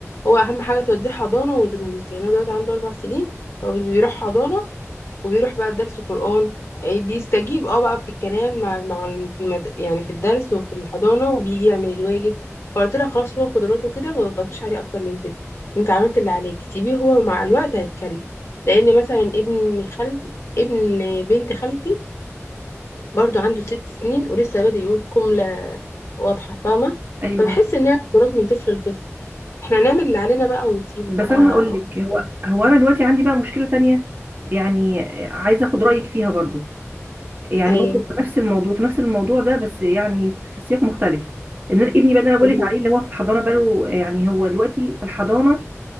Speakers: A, on the left; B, on the right.
A: هو أهم حاجة توديه حضانة ودروس يعني هو دلوقتي عنده أربع سنين فبيروح حضانة وبيروح بقى درس قرآن إيه، بيستجيب اه بقى في الكلام مع مع الم- في المد... يعني في الدرس وفي الحضانة وبيجي يعمل الواجب فقلت لها خلاص هو قدراته كده ما تضغطيش عليه اكتر من كده انت عملت اللي عليك سيبيه هو مع الوقت هيتكلم لان مثلا ابن خالتي ابن بنت خالتي برضو عنده ست سنين ولسه بادئ يقول جملة واضحة فاهمة
B: ايوه
A: فبحس ان هي قدرات من طفل لطفل احنا نعمل اللي علينا بقى ونسيبه
B: بس
A: بقى
B: انا هقول لك هو هو انا دلوقتي عندي بقى مشكله تانية يعني عايزه اخد رايك فيها برضو يعني
A: ايوه
B: برضو في نفس الموضوع في نفس الموضوع ده بس يعني في سياق مختلف ان أنا ابني بقى اللي انا بقول
A: قوليلي.
B: لك عليه اللي هو في الحضانه بقى له يعني هو دلوقتي في الحضانه